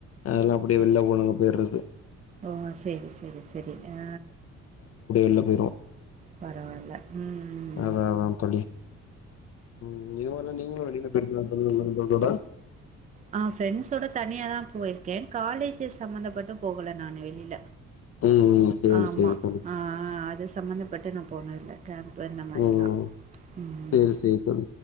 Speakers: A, on the left; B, on the right.
A: அதெல்லா அப்படியே
B: சரி
A: வெள்ள போனவ்ங்க போயி றது
B: ஓ செரி செரி செரி அ
A: உள்ள போய்ருவோ
B: பரவால்ல ம் ம்
A: அதா
B: ம்
A: அதா தோழி ம் இது போல நீங்களு வெளியில போய்ருக்கிங்ளா <unintelligible>
B: ஆ ஃப்ரெண்ஸ்ஸோட தனியாதா போய்ருக்கேன் காலேஜு சம்பந்தப் பட்டு போகல நானு வெளில
A: ம் சேரி
B: அ ஆமா
A: சேரி தோழி
B: அ அ அ அது சம்பந்தப்பட்டு நா போனதுல்ல கேம்ப்பு அந்த மாரிலா
A: ம்
B: ம் ம்
A: சேரி
B: ம்
A: சேரி தோழி